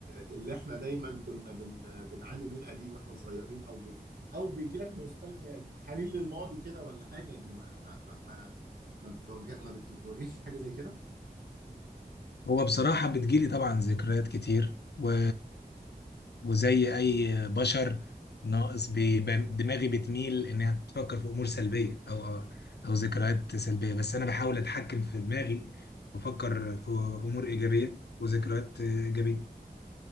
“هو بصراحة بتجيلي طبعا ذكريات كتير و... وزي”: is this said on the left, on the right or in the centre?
Left